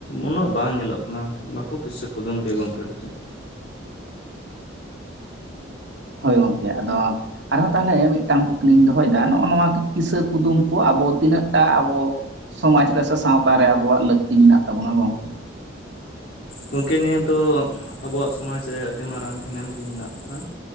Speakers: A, on the left; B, on the right.
A: ᱩᱱᱟᱹᱜ ᱵᱟᱝ ᱧᱮᱞᱚᱜ ᱠᱟᱱᱟ, ᱵᱟᱠᱚ ᱠᱤᱥᱟᱹ ᱠᱩᱫᱩᱢ ᱜᱮ ᱜᱚᱝᱠᱮ ᱫᱚ ᱪᱮᱫ᱾
B: ᱦᱳᱭ ᱜᱚᱝᱠᱮ ᱟᱫᱚ ᱟᱨᱦᱚᱸ ᱛᱟᱦᱚᱞᱮ ᱢᱤᱫᱴᱟᱝ ᱠᱩᱠᱞᱤᱧ ᱫᱚᱦᱚᱭᱫᱟ ᱱᱚᱜᱼᱚ ᱱᱚᱣᱟ ᱠᱤᱥᱟᱹ ᱠᱩᱫᱩᱢ ᱠᱚ ᱟᱵᱚ ᱛᱤᱱᱟᱹᱜᱴᱟ ᱟᱵᱚ ᱥᱚᱢᱟᱡ ᱨᱮᱥᱮ ᱥᱟᱶᱛᱟ ᱨᱮ ᱟᱵᱚᱣᱟᱜ ᱞᱟᱹᱠᱛᱤ ᱢᱤᱱᱟᱜ ᱛᱟᱵᱚᱱᱟ ᱜᱚᱝᱠᱮ?
A: ᱜᱚᱝᱠᱮ ᱱᱤᱭᱟᱹ ᱫᱚ ᱟᱵᱚᱣᱟᱜ ᱥᱚᱢᱟᱡ ᱨᱮ ᱟᱹᱰᱤ ᱢᱟᱨᱟᱝ ᱮᱱᱮᱢ ᱜᱮ ᱢᱮᱱᱟᱜ ᱠᱟᱫᱟ᱾